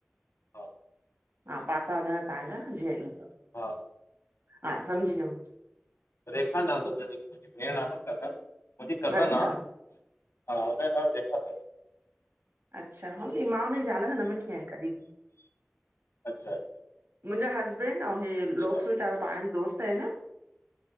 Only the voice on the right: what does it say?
हा पापा हुन तव्हांजा जीआजी हुदव?
हा संमझी वयमि।
अच्छा
अच्छा हूंदी, मां हुनजी ज़ाल सा न मिली आहियां कॾी बि।
मुहिंजा हसबैंड अऊं हे लोकस्वीट
वारा पाण में दोस्त आहनि।